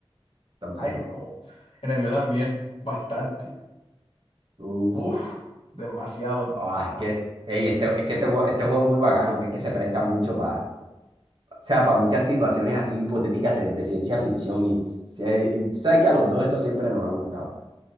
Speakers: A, on the right; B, on the left.
A: entonces
B: Ay,
A: no.
B: no. En el mío también, bastante.
A: Uf,
B: Uf, demasiado,
A: ah,
B: hermano.
A: es que, ey, este, es que este, jue- este juego es muy bacano, que es que se presta mucho para, o sea, para muchas situaciones así hipotéticas de, de ciencia ficción y, s- y tú sabes que a los dos eso siempre nos ha gustado.